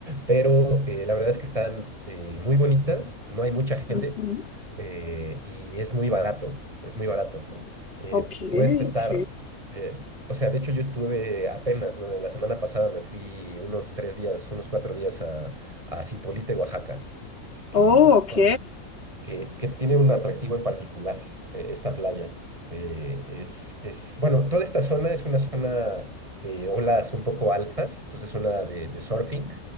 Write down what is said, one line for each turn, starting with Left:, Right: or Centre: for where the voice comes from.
Right: pero eh, la verdad es que están eh, muy bonitas, no hay mucha gente
Left: Ujú.
Right: eh, y es muy barato, es muy barato. Eh,
Left: Ok,
Right: puedes estar,
Left: ok.
Right: eh, o sea, de hecho yo estuve apenas, ¿no? La semana pasada me fui unos tres días, unos cuatro días a, a Zipolite, Oaxaca que,
Left: Oh, ok.
Right: bueno, que, que tiene un atractivo en particular, eh, esta playa. Eh, es, es, bueno, toda esta zona es una zona de olas un poco altas, entonces zona de, de surfing.